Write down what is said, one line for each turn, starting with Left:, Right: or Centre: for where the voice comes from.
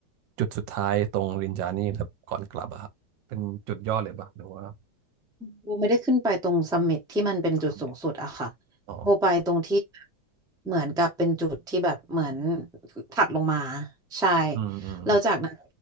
Right: จุดสุดท้ายตรงรินจานี่แบบก่อนกลับอะครับเป็นจุดยอดเลยปะหรือว่า
Centre: โบไม่ได้ขึ้นไปตรงซัมมิตที่มันเป็นจุดสูงสุดอะค่ะ
Right: ทำเด็ดอ๋อ
Centre: โบไปตรงที่เหมือนกับเป็นจุดที่แบบเหมือนถัดลงมาใช่
Right: อืมอืม
Centre: แล้วจากนั้น